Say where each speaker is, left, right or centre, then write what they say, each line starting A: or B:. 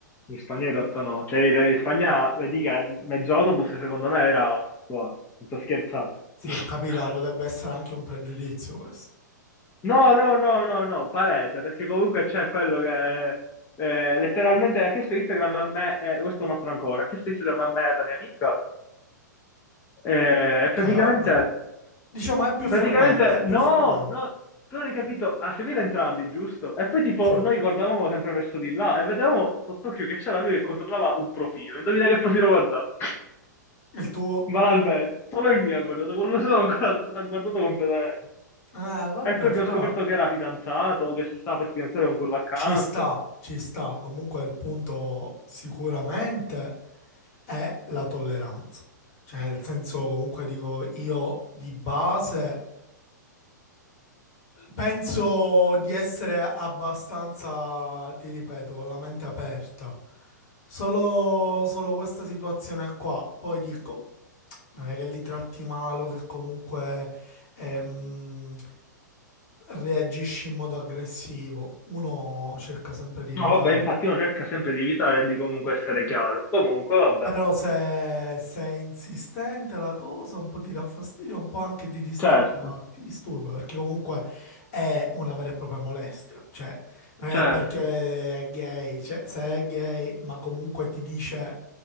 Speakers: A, on the left; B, on the left.
A: In Spagna in realtà no. Cioè, in Spagna, vedi che mezzo autobus secondo me era omosessuale. Non sto scherzando.
B: Sì,
A: <laughs>
B: ho capito, ma potrebbe essere anche un pregiudizio questo.
A: No, no, no, no, no, palese, perché comunque c'è quello che eh, letteralmente ha chiesto Instagram a me, eh, questo è un altro ancora, ha chiesto Instagram a me e alla mia amica, eh,
B: Ok,
A: e praticamente
B: vabbè. Diciamo è più
A: Praticamente,
B: frequente, è più
A: no,
B: frequente.
A: no, tu non hai capito, ha seguito entrambi, giusto? E poi tipo
B: Sì.
A: noi guardavamo sempre verso di là e vedevamo sott'occhio che c'era lui che controllava un profilo. Indovina che profilo guardava? <laughs>
B: Il tuo?
A: Banalmente, solo il mio ha guardato, quello solo ancora l'ha guardato completamente.
B: Eh, vabbè,
A: E poi abbiamo
B: fra.
A: scoperto che era fidanzato, o che si stava per fidanzare con quello accanto.
B: Ci sta, ci sta. Comunque il punto sicuramente è la tolleranza. Cioè, nel senso, comunque dico, io di base penso di essere abbastanza, ti ripeto, con la mente aperta. Solo, solo questa situazione qua. Poi dico, non è che li tratti male, o che comunque ehm, reagisci in modo aggressivo. Uno cerca sempre di
A: No,
B: evitare.
A: vabbè, infatti uno cerca sempre di evitare di comunque essere chiaro. Comunque, vabbè.
B: Però se, se è insistente la cosa, un po' ti dà fastidio, un po' anche ti disturba,
A: Certo,
B: ti disturba, perché comunque è una vera e propria molestia. Cioè, non è
A: certo.
B: perché è gay, cioè, se è gay, ma comunque ti dice,